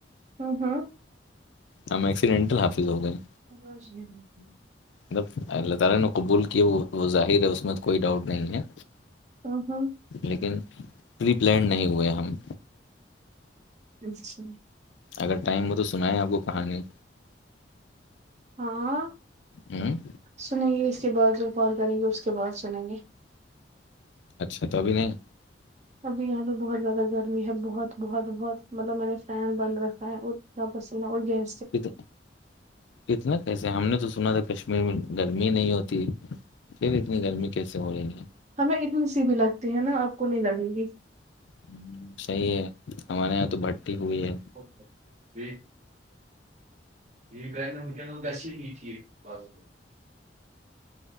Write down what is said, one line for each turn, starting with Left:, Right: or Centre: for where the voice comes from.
Right: ہوں ہوں
Left: ہم ایکسیڈنٹل حافظ ہو گئے
Right: <unintelligible>
Left: جب اللہ تعالی نے قبول کیا وہ وہ ظاہر ہے اس میں تو کوئی ڈاؤٹ نہیں ہے
Right: ا ہاں
Left: لیکن رری پلینڈ نہیں ہوئے ہم
Right: اچھا
Left: اگر ٹائم ہو تو سنیں آپ کو کہانی
Right: ہاں
Left: ہوں
Right: سنیں گی اس کے بعد جو کال کریں گی اس کے بعد سنیں گے
Left: اچھا تو ابھی نہیں
Right: ابھی یہاں پہ بہت زیادہ گرمی ہے بہت بہت بہت مطلب میں نے فینڈ بند رکھا ہ ج بسا اور گ
Left: ت کتنا کیسے ہم نے تو سنا تھا کشمیر میں گرمی نہیں ہوتی پھر اتنی گرمی کیسے ہو رہی ہے
Right: ہمیں اتنی سی بھی لگتی ہے نا آپ کو نہیں لگے گی
Left: ہ صحیح ہے ہمارے یہاں تو بھٹی ہوئی ہے
Right: کو پ یہ کر ن ونکنس گسی یہ ٹھیک <unintelligible>